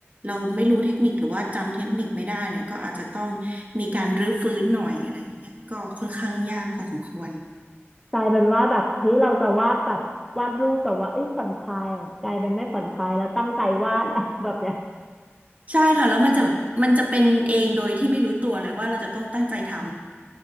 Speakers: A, on the right; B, in the centre.
A: เราไม่รู้เทคนิคหรือว่าจำเทคนิคไม่ได้เนี่ยก็อาจจะต้องมีการรื้อฟื้นหน่อยอะไรอย่างเงี้ยก็ค่อนข้างยากพอสมควร
B: กลายเป็นว่าแบบเฮ้ยเราจะวาดแบบวาดรูปแบบว่าเอ้ยผ่อนคลายอ่ะกลายเป็นไม่ผ่อนคลายแล้วตั้งใจวาด <laughs> แบบเนี้ย
A: ใช่ค่ะแล้วมันจะมันจะเป็นเองโดยที่ไม่รู้ตัวเลยว่าเราจะต้องตั้งใจทำ